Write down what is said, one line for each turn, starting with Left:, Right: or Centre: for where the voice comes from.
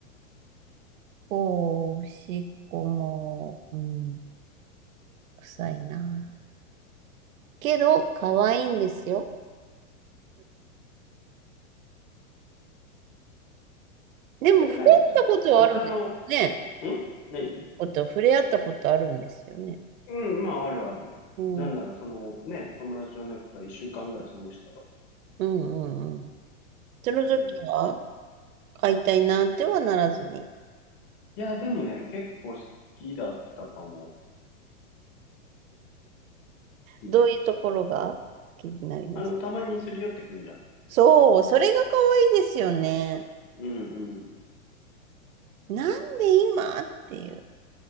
Right: おお、おしっこも、うん、臭いな。けど、可愛いんですよ。でも、
Left: え、
Right: 触れ合ったことはあるんですね。
Left: 何じゃあ、他の、ん何
Right: こと触れ合ったことあるんですよね。
Left: うん、まあ、あるある。
Right: うん。
Left: なんなら、
Right: うん
Left: その、ね、友達の猫とは一週間ぐらい過ごしたよ。
Right: うんうん。その時は、
Left: うん。い
Right: 飼いたいなってはならずに、
Left: や、でもね、結構好きだったかも。うん
Right: どういうところが好きになりました
Left: あの、たまにすり寄ってくるじゃん。
Right: そう、それが可愛いですよね。
Left: うん
Right: なんで今っていう。